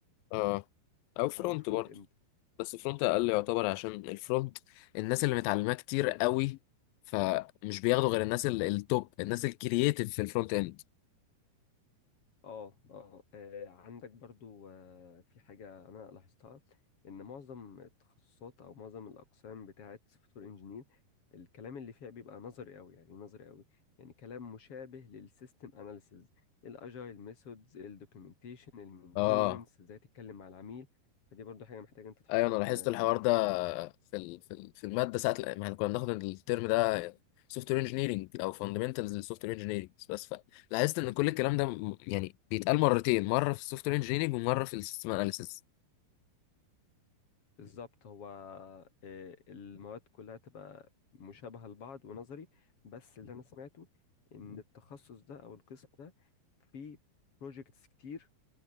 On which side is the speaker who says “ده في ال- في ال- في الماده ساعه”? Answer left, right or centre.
Left